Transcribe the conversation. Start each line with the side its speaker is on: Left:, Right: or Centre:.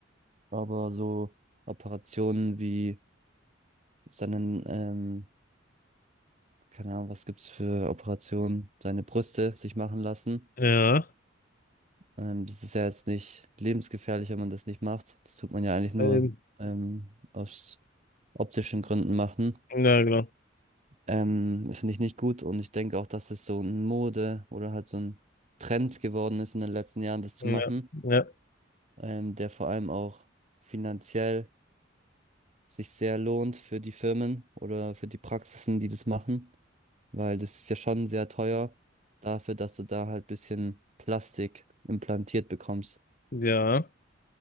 Right: Aber so Operationen wie seinen, ähm, keine Ahnung, was gibt's für Operationen, seine Brüste sich machen lassen.
Left: Ja.
Right: Ähm, das ist ja jetzt nicht lebensgefährlich, wenn man das nicht macht. Das tut man ja eigentlich nur
Left: Ähm,
Right: ähm, aus optischen Gründen machen.
Left: ja, genau.
Right: Ähm, das finde ich nicht gut und ich denke auch, dass es so ein Mode oder halt so ein Trend geworden ist in den letzten Jahren, das zu
Left: Ja,
Right: machen,
Left: ja,
Right: ähm, der vor allem auch finanziell sich sehr lohnt für die Firmen oder für die Praxisen, die das machen, weil das ist ja schon sehr teuer dafür, dass du da halt bisschen Plastik implantiert bekommst.
Left: ja.